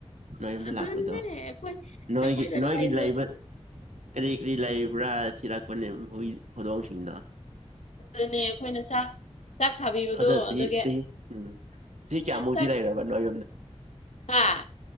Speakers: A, on the right; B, on the left.
A: ꯅꯣꯏ ꯌꯨꯝꯗ
B: ꯑꯗꯨꯗꯟꯅꯦꯣꯏꯈꯣꯏꯗꯂ
A: ꯂꯥꯛꯄꯗꯣ ꯅꯣꯏꯒꯤ ꯅꯣꯏꯒꯤ
B: ꯍꯥꯏ
A: ꯂꯩꯕ ꯀꯔꯤ ꯀꯔꯤ ꯂꯩꯕ꯭ꯔꯥ ꯊꯤꯔꯛꯄꯅꯦ ꯍꯨꯏ ꯍꯧꯗꯣꯡꯁꯤꯡꯅ
B: ꯑꯗꯨꯅꯦ ꯑꯩꯈꯣꯏꯅ ꯆꯥꯛ ꯆꯥꯛ ꯊꯥꯕꯤꯕꯗꯣ
A: ꯑꯗꯣ ꯆꯍꯤ
B: ꯑꯗꯨꯒꯤ
A: ꯆꯍꯤ ꯎꯝ ꯆꯍꯤ ꯀꯌꯥꯃꯨꯛꯇꯤ
B: ꯆꯥꯛ
A: ꯂꯩꯔꯕ ꯅꯣꯏ
B: ꯍꯥꯥ